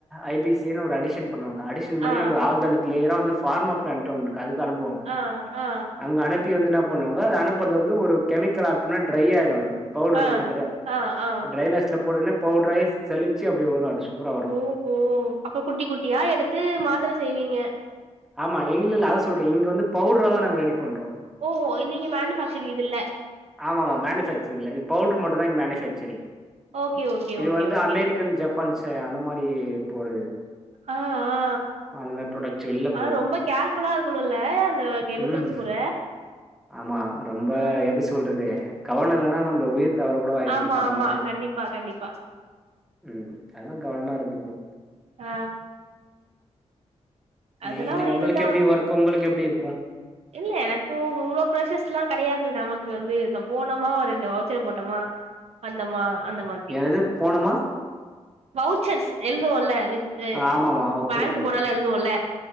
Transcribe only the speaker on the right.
ஆ
ஆ ஆ
ஆ
ஆ ஆ
ஓ ஓ அப்ப குட்டி குட்டியா எடுத்து மாத்திர செய்வீங்க
ஓஹோ நீங்க மேனுஃபேக்சரிங் இது இல்ல
ஓகே ஓகே
ஓகே
ஓகே
ஆ ஆ
ஆனா ரொம்ப கேர்ஃபுல்லா இருக்கனுல்ல அந்த கெமிக்கல்ஸ்
கூட
ம்
ஆமா
ஆமா
கண்டிப்பா கண்டிப்பா
ஆ அதெல்லா
ஒரு
இதுதா
இல்ல எனக்கும் இவ்ளோ ஃப்ரஷர்ஸ்ல்லா கெடயாது நமக்கு வந்து போனோமா ஒரு ரெண்டு வவுச்சர போட்டமா வந்தமா அந்த மாதிரி
வவுச்சர்ஸ் எழுதுவோல வித் இது
பேங்க்கு
போனாலா எழுதுவோல